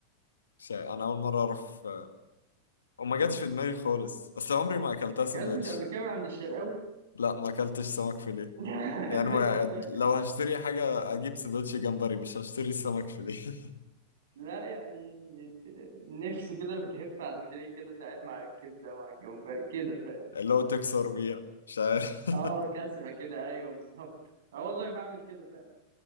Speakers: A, on the left (about 70°); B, on the right (about 60°).
A: شا... انا اول مره اعرف وما جاتش في دماغي خالص اصل عمري ما اكلتها
B: ما اكلتش
A: سندوتش
B: قبل كده من عند الشرقاوي
A: لا ما اكلتش سمك فيليه
B: <laughs>
A: يعني ما...
B: إزاي؟
A: لو هشتري حاجه اجيب سندوتش جمبري مش هشتري سمك فيليه <laughs>
B: لا يعني بت... النفس كده بتهف على الفيليه كده ساعات مع الكبده مع الجمبري كده فاهم
A: اللي هو تكسر بيها مش عارف <laughs>
B: اه كسره كده ايوه بالظبط اه والله بعمل كده فعلا